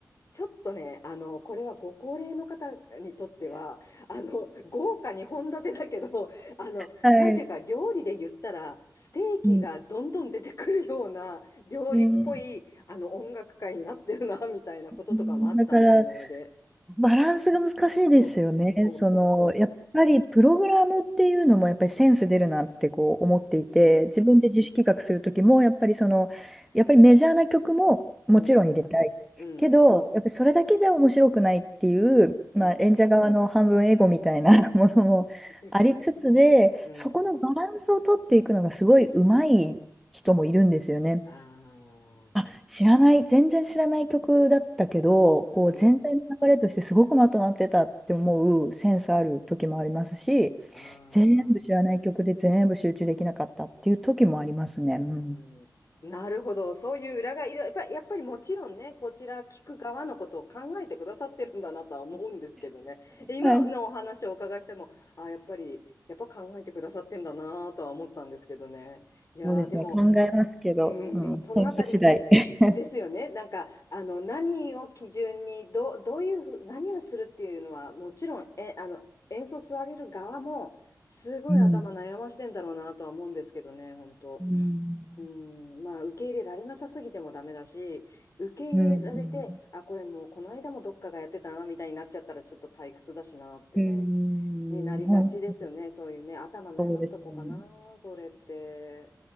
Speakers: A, on the left; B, in the centre.
A: ちょっとね、あの、これはご高齢の方にとっては、あの、豪華に本立てだけど、あの、
B: はい。
A: なんていうか、料理で言ったら、ステーキがどんどん出てくるような、
B: うん。
A: 料理っぽい、
B: うん。
A: あの、音楽会になってるな、みたいなこととかもあったんですよ、
B: うんだから、
A: 今まで。
B: バランスが難しいですよね。
A: そう、そうそうそ
B: その、やっぱりプログラムっていうのもやっぱりセンス出るなってこう思っていて、
A: う。うん、
B: 自分で自主企画する時も、やっぱりその、やっぱりメジャーな曲ももちろん入れたい。
A: うん、うん、
B: けど、やっぱりそれだけじゃ面白くないっていう、
A: うん。
B: まあ、演者側の半分エゴみたいな <laughs> ものもありつつで、
A: <laughs> うん。
B: そこのバランスを取っていくのがすごい上手い人もいるんですよね。
A: ああ、うん、
B: あ、知らない、全然知らない曲だったけど、こう全体の流れとしてすごくまとまってたって思うセンスある時もありますし、
A: うん。ああ。
B: 全部知らない曲で全部集中できなかったっていう時もありますね。
A: うー
B: うん。
A: ん、なるほど。そういう裏がいる。やっぱり、やっぱりもちろんね、こちら聞く側のことを考えてくださってるんだなとは思うんですけどね。今のお話をお伺いしても、
B: はい。
A: あ、やっぱり、やっぱ考えてくださってんだなとは思ったんですけどね。いやー、
B: そうですね、
A: でも、
B: 考えますけど、
A: すうーん、
B: うん、
A: そのあたり
B: センス次第。<laughs>
A: ですよね。なんか、あの、何を基準に、ど、どういうふう、何をするっていうのは、もちろん、え、あの、演奏される側も、すごい頭悩ましてんだろうなとは思うんですけどね、
B: うん。
A: 本当。
B: うん。
A: うん、まあ、受け入れられなさすぎてもダメだし、受け入れられて、
B: うん。
A: あ、これもうこの間もどっかがやってたな、みたいになっちゃったらちょっと退屈だしなってね、
B: うん。
A: になりがちですよね。
B: うん本当
A: そういうね、頭悩ますとこかな、
B: そうですね。
A: それって。